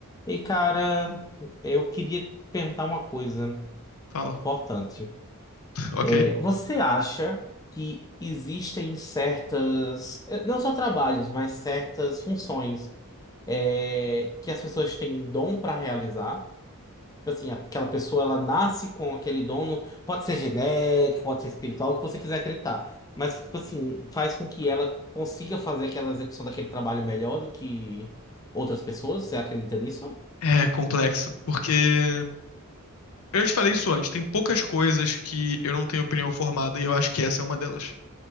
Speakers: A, on the left (about 15°); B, on the left (about 70°).
A: E cara, eu queria perguntar uma coisa
B: Fala.
A: importante.
B: Ok.
A: É, você acha que existem certas, eh, não só trabalhos, mas certas funções, é, que as pessoas têm dom para realizar? Tipo Assim, aquela pessoa ela nasce com aquele dom, no- pode ser genético, pode ser espiritual, o que você quiser acreditar, mas que tipo assim faz com que ela consiga fazer aquela execução daquele trabalho melhor do que outras pessoas. Você acredita nisso?
B: É complexo, porque eu já te falei isso antes, tem poucas coisas que eu não tenho opinião formada e eu acho que essa é uma delas.